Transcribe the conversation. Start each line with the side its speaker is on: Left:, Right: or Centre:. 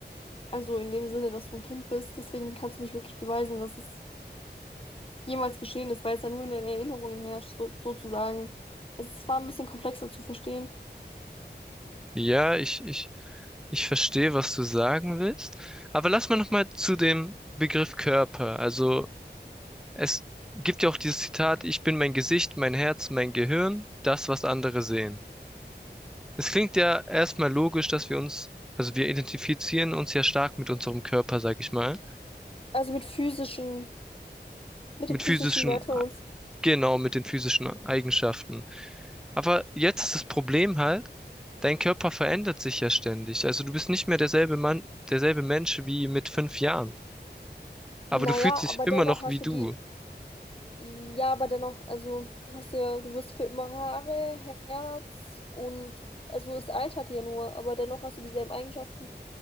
Left: also in dem Sinne, dass du ein Kind bist, deswegen kannst du nicht wirklich beweisen, dass es jemals geschehen ist, weil es ja nur in den Erinnerungen herrscht, so, sozusagen. Es war ein bisschen komplexer zu verstehen.
Centre: Ja, ich, ich, ich verstehe, was du sagen willst. Aber lass mal nochmal zu dem Begriff Körper. Also, Es gibt ja auch dieses Zitat, ich bin mein Gesicht, mein Herz, mein Gehirn, das, was andere sehen. Es klingt ja erstmal logisch, dass wir uns, also wir identifizieren uns ja stark mit unserem Körper, sag ich mal,
Left: Also mit physischen, mit
Centre: mit
Left: dem physischen
Centre: physischen,
Left: Wertverlust.
Centre: genau, mit den physischen Eigenschaften. Aber jetzt ist das Problem halt, dein Körper verändert sich ja ständig. Also du bist nicht mehr derselbe Mann, derselbe Mensch wie mit fünf Jahren. Aber
Left: Naja,
Centre: du fühlst dich
Left: aber
Centre: immer
Left: dennoch
Centre: noch
Left: hast
Centre: wie
Left: du
Centre: du.
Left: die, ja, aber dennoch, also du hast ja, du wirst für immer Haare, Herz und, also es altert ja nur, aber dennoch hast du dieselben Eigenschaften.